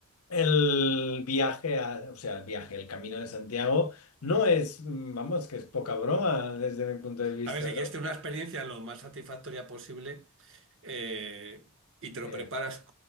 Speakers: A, on the left; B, on the right.
A: el viaje, a- o sea, el viaje, el camino de Santiago, no es, mm, vamos, que es poca broma desde mi punto de vista,
B: A ver, si quieres
A: ¿no?
B: tener una experiencia lo más satisfactoria posible eh, y te lo
A: Ya,
B: preparas,